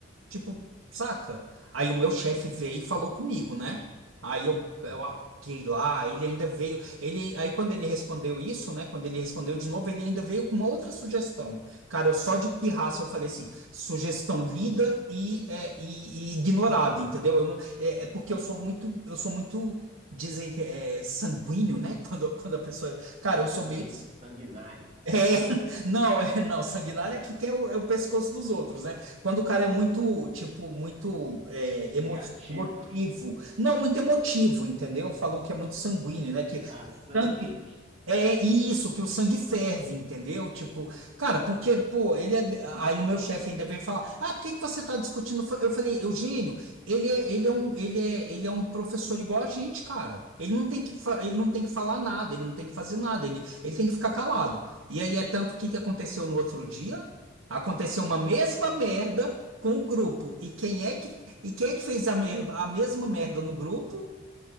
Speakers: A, on the right (about 90°); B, on the right (about 30°).
A: Tipo, saca? Aí o meu chefe veio e falou comigo, né? Aí eu,
B: Aham.
A: eu apaguei lá, ele ainda veio. Ele, aí quando ele respondeu isso, né? Quando ele respondeu de novo, ele ainda veio com uma outra sugestão. Cara, eu só de pirraça eu falei assim: sugestão lida e, é, e, e ignorada, entendeu? Eu não, é, é porque eu sou muito, eu sou muito, dizem que é sanguíneo, né? <laughs> Quando, quando a pessoa. Cara, eu sou
B: Sangui-
A: bem.
B: Sanguinário.
A: É, <laughs> não, é, não, sanguinário é que quer o, é o pescoço dos outros, né? Quando o cara é muito, tipo, muito é, emo-
B: Vingativo.
A: emotivo. Não, muito emotivo, entendeu? Falam que é muito sanguíneo, né? Que
B: Ah, sangue
A: sangue
B: quente.
A: é isso, que o sangue ferve, entendeu? Tipo, cara, porque, pô, ele é. Aí o meu chefe ainda veio falar: ah, por que que você tá discutindo? Eu falei, Eugênio, ele é, ele é um, ele é, ele é um professor igual a gente, cara. Ele não tem que, fa- ele não tem que falar nada, ele não tem que fazer nada, ele, ele tem que ficar calado. E aí é tanto que que aconteceu no outro dia? Aconteceu uma mesma merda com o grupo. E quem é que, e quem é que fez a, mer a mesma merda no grupo?